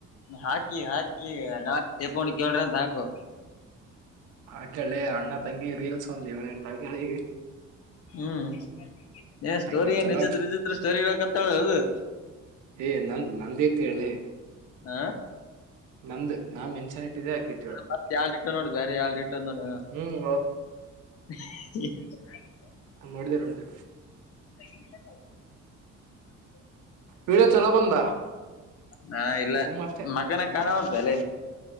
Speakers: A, on the left; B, on the right.
A: ಹಾಕಿ ಹಾಕಿ ನಾ ತೇಪೊಂಡ ಕೇಳ್ರಂತ ಹಾಕು.
B: ಆ ಕೇಳಿ ಅಣ್ಣ ತಂಗಿ ರೀಲ್ಸ್ ಒಂದವನ ಎಂಟ ಕೇಳಿ.
A: ಹ್ಮ್ ಸ್ಟೋರಿ
B: ಆಯ್ಕ ಚಲೋ
A: ನಿಚಿತ್ರ ನಿಚಿತ್ರ ಸ್ಟೋರಿತಾಳ ಅದು.
B: ಏ ನನ್ ನಂದೈತಿ ಹೇಳಿ.
A: ಹಾ
B: ಮಂದ ನಾ ಮೆನ್ಸನ್ ಇಟ್ಟಿದ್ದೆ ಆಕೇತಳ
A: ಮತ್ ಯಾಳ್ ಇಟ್ಟ ನೋಡಿ ಬೇರೆ ಯಾಳ್ ಇಟ್ಟ ನೋಡಿ
B: ಹ್ಮ್
A: <inaudible>
B: ನೋಡಿದೆ ನೋಡಿದೆ
A: ಅಲ್ಲ ತಗ <inaudible>
B: ವಿೀಡ ಚಲೋ ಬಂದ?
A: ಹಾ ಇಲ್ಲ
B: ಸುಮ್ಮ ಅಷ್ಟೇ
A: ಮಕ್ಕನಕಾಣವಂತಲ್ಲ